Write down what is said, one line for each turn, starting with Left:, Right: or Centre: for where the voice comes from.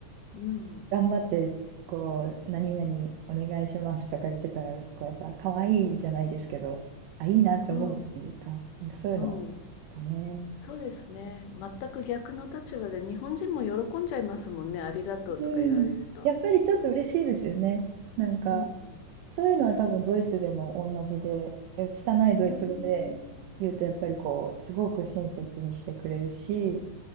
Left: うん、
Right: 頑張ってこう何々お願いしますとか言ってたらこうやっぱ可愛いじゃないですけどあいいなって思うじゃないですか。
Left: うん、
Right: なんかそういうのですかね。
Left: うん。そうですね。全く逆の立場で、日本人も喜んじゃいますもんね。ありがとうとか言われると。
Right: うん。やっぱりちょっと嬉しいですよね。なんか
Left: うん。
Right: そういうのは多分ドイツでも同じで、え拙いドイツ語で言うとやっぱりこう、
Left: うーん。
Right: すごく親切にしてくれるし、